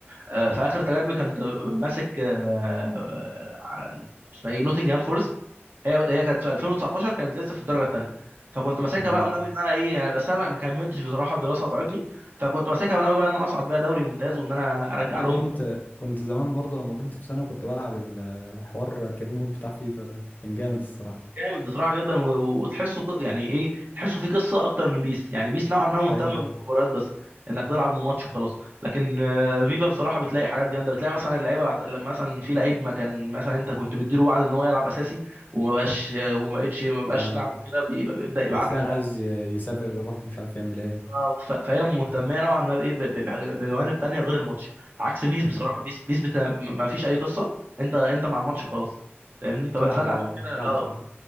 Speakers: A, on the right; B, on the left.
A: آه، في اخر تجاربي كنت ماسك آه، عن- اسمها ايه نوتنجهام فورست هي هي كانت في 2019 كانت لسه في الدرجه الثانيه فكنت ماسكها
B: اه
A: بقى وناوي ان انا ايه يعني بس انا ما كملتش بصراحه الدراسه قطعتني فكنت ماسكها وناوي بقى ان انا اصعد بيها دوري ممتاز وان انا ارجع
B: يعني
A: لهم
B: انا كنت كنت زمان برضه لما كنت في ثانوي كنت بلعب الحوار كارير مود بتاع فيفا ده كان جامد الصراحه
A: جامد بصراحه جدا و- وتحسه ق- يعني ايه تحسه في قصه اكتر من بيس يعني بيس نوعا ما مهتمه
B: ايوه
A: بالمباريات بس انك تلعب الماتش وخلاص لكن آه، فيفا بصراحه بتلاقي حاجات جامده بتلاقي مثلا اللعيبه بعت... لما مثلا في لعيب ما كان مثلا انت كنت مديله وعد ان هو يلعب اساسي وما بقاش آه، وما بقتش ما بقاش
B: اه
A: لعب وكده بيبقى- بيبدا يبعت
B: وبتلاقي
A: لك بقى
B: عايز ي- يسافر يروح مش عارف يعمل ايه
A: بالظبط. ف- فهي مهتمه نوعا ما بايه ب- ب- بجوانب تانية غير الماتش عكس بيس
B: ايوه
A: بصراحه بيس بيس بتا... ما فيش اي قصه انت انت مع الماتش وخلاص فاهمني فب-
B: تلعب
A: فانا
B: اه
A: عشان كده
B: تلعب
A: اه
B: وخلاص